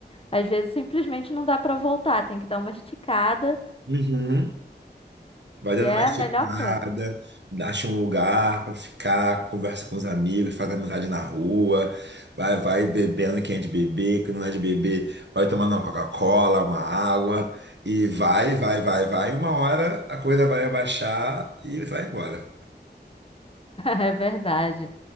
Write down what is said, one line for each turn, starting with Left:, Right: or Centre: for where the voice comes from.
Left: Às vezes simplesmente não dá pra voltar, tem que dar uma esticada,
Right: Uhum. Vai
Left: que
Right: dando
Left: é
Right: uma esticada,
Left: a melhor coisa. <laughs>
Right: acha um lugar pra ficar, conversa com os amigos, faz amizade na rua, vai, vai bebendo quem é de beber, quem não é de beber, vai tomando uma Coca-Cola, uma água, e vai, vai, vai, vai. Uma hora a coisa vai abaixar e vai embora.
Left: É verdade.